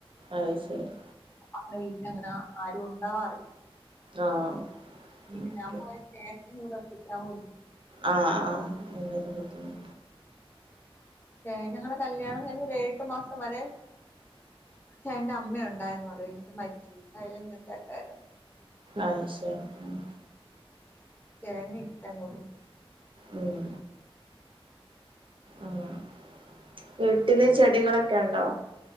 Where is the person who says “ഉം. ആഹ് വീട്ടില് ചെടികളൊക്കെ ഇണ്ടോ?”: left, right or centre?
Right